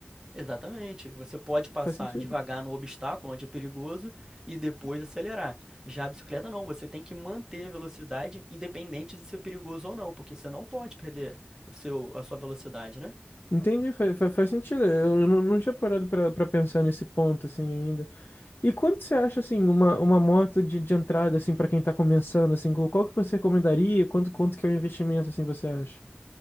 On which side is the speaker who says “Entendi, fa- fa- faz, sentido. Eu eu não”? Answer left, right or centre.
Left